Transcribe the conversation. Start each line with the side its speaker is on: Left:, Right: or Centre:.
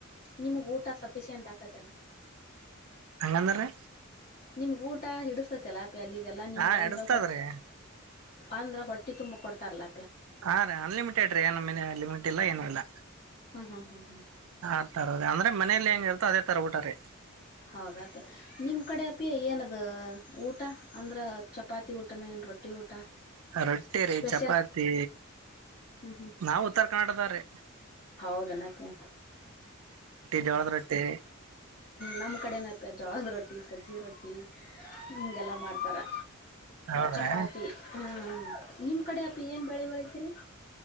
Left: ನಿಮಗ್ ಊಟ ಸಫಿಶಿಯೆಂಟ್ ಆಕತ್ತಲ್ಲ
Right: ಅಂಗಂದ್ರ ರಿ
Left: ನಿಮ್ಗ್ ಊಟ ಹಿಡಿಸತತಿಲ್ಲ ಅಪ ಅಲ್ಲಿದೆಲ್ಲಾ ನಿಮ್ಗ
Right: ಹಾ
Left: ಅಂದ್ರ
Right: ಎಡಸ್ತದ್ರಿ
Left: ಕೊಡ್ತು ಅಂದ್ರೆ ಹೊಟ್ಟಿ ತುಂಬ ಕೊಡ್ತಾರಲ್ಲ
Right: ಹಾ ರೀ ಅನ್ಲಿಮಿಟೆಡ್ ರೀ ಏನ ಮನೆ ಲಿಮಿಟ್ ಇಲ್ಲ ಏನೂ ಇಲ್ಲ
Left: ಹ್ಮ್ ಹ್ಮ್ ಹ್ಮ್ ಹ್ಮ್
Right: ಆ ತರದ ಅಂದ್ರೆ ಮನೇಲಿ ಹೆಂಗ ಹೇಳ್ತೋ ಅದೇ ತರ ಊಟಾರಿ
Left: ಹೌದಪಿ ನಿಮ್ ಕಡೆ ಅಪಿ ಏನದ ಊಟ ಅಂದ್ರೆ ಚಪಾತಿ ಊಟನ ಏನು ರೊಟ್ಟಿ ಊಟ
Right: ರೊಟ್ಟಿ ರೀ
Left: ಸ್ಪೆಷಲ್
Right: ಚಪಾತಿ
Left: ಹ್ಮ್ ಹ್ಮ್
Right: ನಾವ್ ಉತ್ತರ ಕರ್ನಾಟಕದ ರಿ
Left: ಹೋದ ನೆಪಿ
Right: ಜೋಳದ ರೊಟ್ಟಿ
Left: ನಮ್ಮ ಕಡೆ ಜೋಳದ ರೊಟ್ಟಿ ಸಜ್ಜಿ ರೊಟ್ಟಿ ಹೀಗೆಲ್ಲ ಮಾಡ್ತಾರೆ
Right: ಹೌದ್ರಾ
Left: ಚಪಾತಿ ಹ್ಞ ನಿಮ್ ಕಡೆ ಅಪಿ ಏನ್ ಬೆಳೆ ಬೆಳತೀರಿ